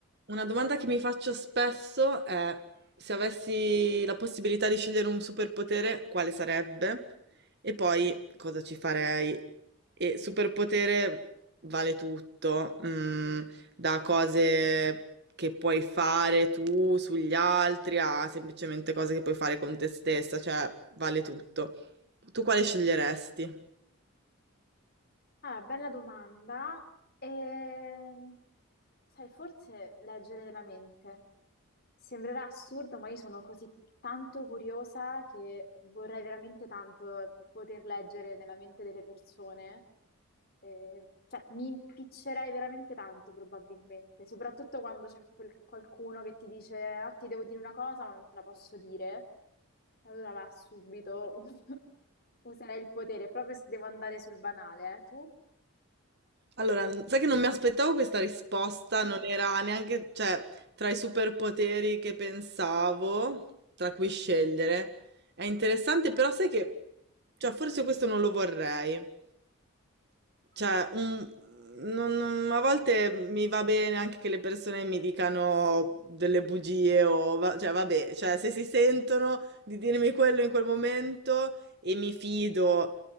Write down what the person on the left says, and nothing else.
Ah, bella domanda. Ehm, sai, forse leggere della mente. Sembrerà assurdo, ma io sono così tanto curiosa che vorrei veramente tanto poter leggere nella mente delle persone. Eh, cioè, mi impiccerei veramente tanto, probabilmente, soprattutto quando c'è quel- qualcuno che ti dice, ah, ti devo dire una cosa, ma non te la posso dire. Allora là subito <laughs> userei il potere, proprio se devo andare sul banale, eh, tu?
<laughs>